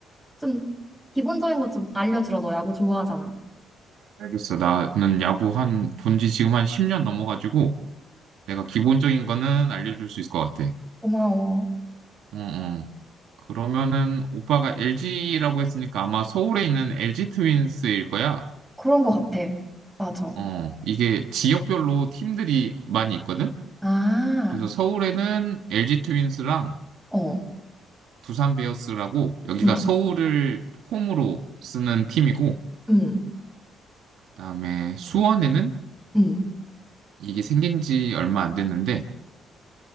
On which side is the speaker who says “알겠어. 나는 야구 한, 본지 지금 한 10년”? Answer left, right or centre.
Right